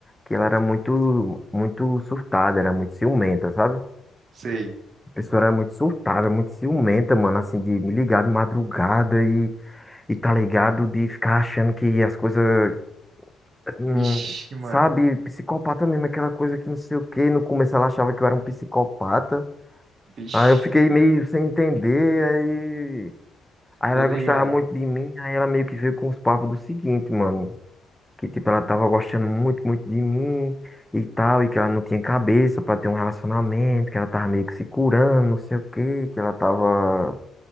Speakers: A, in the centre; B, on the right.
A: que ela era muito, muito surtada, era muito ciumenta, sabe? A
B: sei.
A: pessoa era muito surtada, muito ciumenta, mano, assim, de me ligar de madrugada e, e tá ligado, de ficar achando que as coisas, hum,
B: Vixe, mano.
A: sabe, psicopata mesmo, aquela coisa que não sei o quê. No começo ela achava que eu era um psicopata.
B: Vixe,
A: Aí eu fiquei meio sem entender, Aí
B: tô
A: ela
B: ligado.
A: gostava muito de mim, aí ela meio que veio com os papos do seguinte, mano. Que, tipo,
B: Hum.
A: ela tava gostando muito, muito de mim e tal, e que ela não tinha cabeça pra ter um relacionamento, que ela tava meio que se curando, não sei o quê, que ela tava,